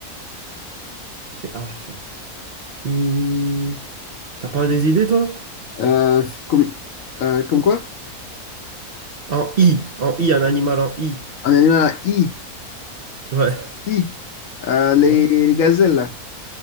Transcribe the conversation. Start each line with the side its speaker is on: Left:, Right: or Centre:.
Right: C'est H ça. I. T'as pas des idées, toi?
Left: Euh, comme, euh, comme quoi?
Right: En I. En I, un animal en I.
Left: Un animal à I.
Right: Ouais.
Left: I. Euh, les,
Right: Ouais.
Left: les gazelles, là.